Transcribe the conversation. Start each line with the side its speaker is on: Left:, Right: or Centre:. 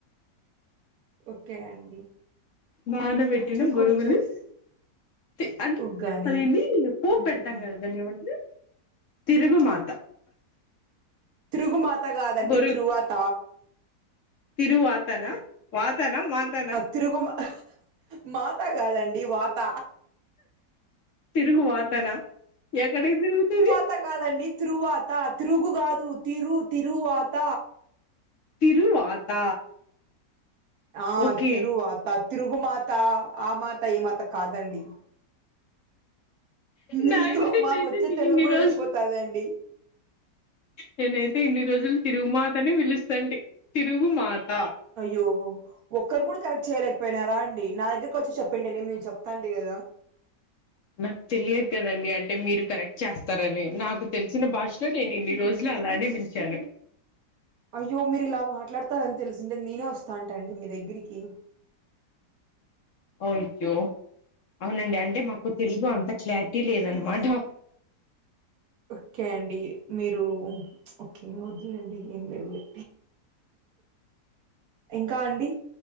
Right: ఓకే అండి
Left: నానబెట్టిన
Right: మనం డీకోడ్
Left: బరుగులు
Right: చేసి
Left: తి అన్
Right: ఉగ్గాని
Left: అదిఏంది పో
Right: మ్మ్.
Left: పెడతాం కదా దాన్ని ఏమంటే తిరుగుమాత
Right: తిరుగుమాత కాదండి
Left: బొరు
Right: తిరువాత
Left: తిరువాతనా వాతనా, మాతనా?
Right: తిరుగుమ అహ్హ్హ్ మాత కాదండి వాత
Left: తిరుగు వాతన ఎక్కడ ఏం తిరుగుతాది.
Right: అత కాదండి తిరువాత తిరుగు కాదు తిరు తిరువాత
Left: తిరువాత
Right: ఆ
Left: ఓకే
Right: తిరువాత తిరుగు మాత ఆ మాత, ఈ మాత కాదండి. మీతో
Left: నాయన
Right: మాకు
Left: నేనైతే
Right: వచ్చే తెలుగు
Left: ఇన్ని
Right: కూడా
Left: రోజులు
Right: వెళ్ళిపోతదండి.
Left: నేనైతే ఇన్ని రోజులు తిరుగు మాతనే పిలుస్తాంటే తిరుగు మాత
Right: అయ్యో ఒక్కరు కూడా కరెక్ట్ చేయలేకపోయినారా అండి నా దగ్గరకి వచ్చి చెప్పిండ నేను నీకు చెప్తాంటే కదా
Left: నాకు తెలియదు కదండి అంటే మీరు కరెక్ట్ చేస్తారని నాకు తెలిసిన భాషలో నేను ఇన్ని రోజులు అలానే పిలిచాను.
Right: అయ్యో మీరు ఇలా మాట్లాడతారని తెలిసింటే నేనే వస్తా అంట అండి మీ దగ్గరికి.
Left: అయ్యో అవునండి అంటే మాకు తెలుగు అంత క్లారిటీ లేదనమాట.
Right: ఓకే అండి మీరు ఒక ఓకేమి వదులేండి ఏం లేదులే ఇంకా అండి